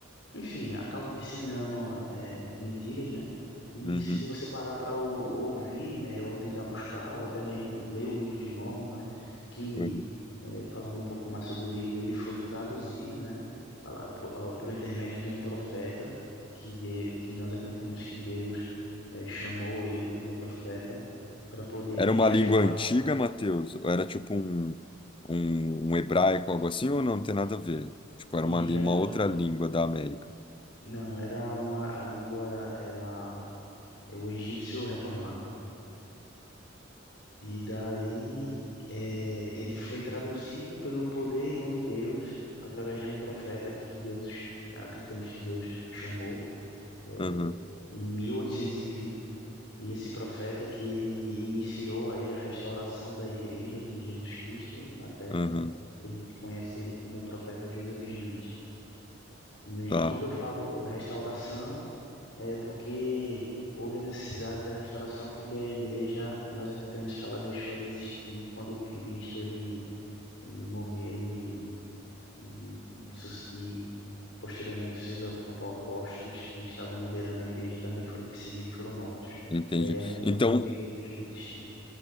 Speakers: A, on the left; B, on the left.
A: Enfim, acabam disseminando é, mentiras, né? E
B: Uhum.
A: se você parar para ouvir, né, ou tentar buscar, ou até mesmo ler um livro de Mormon, né, que,
B: Uhum.
A: é, falando um pouco mais sobre o livro, ele foi traduzido, né, a- a- po- a- por intermédio de um profeta, que, de, que nós acreditamos que Deus é, chamou ele como profeta para poder
B: Era uma
A: restaurar.
B: língua antiga, Matheus? Ou era tipo um, um, um hebraico, algo assim, ou não tem nada a ver? Tipo, era
A: E
B: uma,
A: isso
B: lí-
A: era,
B: uma
A: um-
B: outra língua da América.
A: não, era uma, a língua era é, o egípcio reformado. E daí é, ele foi traduzido pelo poder e dom de Deus através de um profeta que Deus, acreditamos que Deus chamou é,
B: Aham,
A: em 1820. E vinte. E esse profeta que ele iniciou aí a restauração da igreja de Jesus Cristo na Terra,
B: aham,
A: que a gente conhece ele como o profeta Joseph Smith. né? E
B: tá,
A: quando eu falo restauração, é porque houve a necessidade da restauração, porque a igreja, nós acreditamos que ela deixou de existir quando o Cristo ele, ele morreu e, e, e, sus- e posteriormente os seus ap- apóstolos que estavam liderando a igreja também foram perseguidos e foram mortos.
B: entendi.
A: E daí nós acreditamos
B: Então,
A: que a igreja deixou de existir.